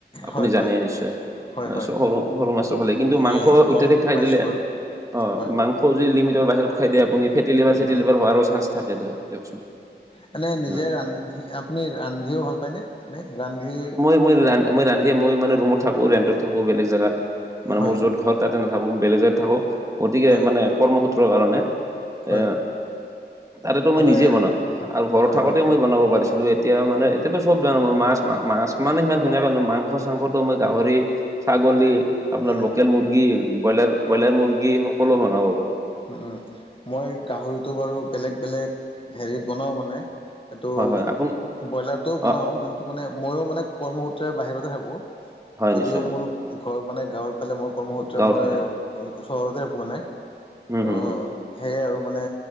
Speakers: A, on the right (about 20°); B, on the left (about 30°).
A: আপুনি
B: হয় হয়
A: জানে নিশ্চয়।
B: হয় হয়
A: সৰু-সৰু মাছটো ভালে কিন্তু,
B: হয়
A: মাংস অত্যাধিক
B: গম
A: খাই
B: পাইছোঁ
A: দিলে
B: বাৰু
A: অ',
B: হয়
A: মাংস যদি লিমিটৰ বাহিৰত খাই দিয় আপুনি ফেটি লিভাৰ
B: উম
A: চেতি
B: উম
A: লিভাৰ হোৱাৰো চানঞ্চ থাকে ধৰক দিয়কচোন।
B: মানে নিজে
A: হয়
B: ৰান্ধি আপুনি ৰান্ধিও ভাল পায়নে? নে ৰান্ধি
A: মই-মই ৰান্ধে মই মানে ৰুমত থাকো ৰেন্টত থাকো বেলেগ জেগাত, মানে
B: হয়
A: মোৰ য'ত ঘৰত তাতে নাথাকো বেলেগ জাগাত থাকোঁ গতিকে
B: হয়
A: মানে কৰ্মসূত্ৰৰ কাৰণে।
B: হয়
A: এ, তাতে
B: খুবেই
A: মই নিজে বনাওঁ। আৰু ঘৰত
B: হয়
A: থাকোতে
B: হয়
A: মই বনাব পৰিছিলোঁ, এত এতিয়া মানে এতিয়াতো চব জানোঁ মই মাছ-মাছ মানে সিমান ধুনীয়া মাংস চাংসটো মই গাহৰি ছাগলী, আপোনাৰ
B: উম
A: লোকেল মুৰ্গী, ব্ৰইলাৰ-ব্ৰইলাৰ মুৰ্গী সকলো বনাব পাৰোঁ।
B: উম-উম। মই গাহৰিটো বাৰু বেলেগ-বেলেগ হেৰিত বনাওঁ মানে সেই
A: হয়-হয়। আপুনি
B: ব্ৰইলাৰটোও বনাওঁ
A: অ
B: কিন্তু মানে ময়ো মানে কৰ্মসূত্ৰে বাহিৰতে থাকোঁ।
A: হয়
B: যদিও
A: নিশ্চয়
B: মোৰ ঘৰ মানে গাঁৱৰ ফালে মই কৰ্মসূত্ৰে
A: গাঁৱৰ
B: মই
A: ফালে
B: চহৰতে থাকোঁ মানে
A: হুম
B: ত
A: হুম হুম
B: সেয়াই আৰু মানে